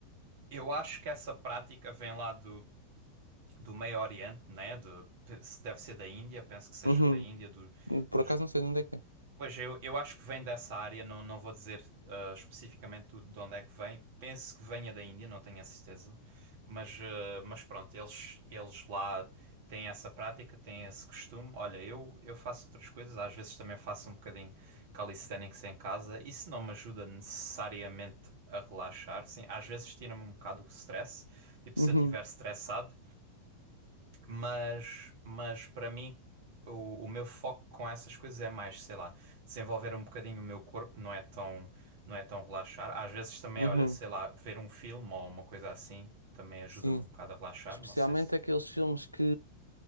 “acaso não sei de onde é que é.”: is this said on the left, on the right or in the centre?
Right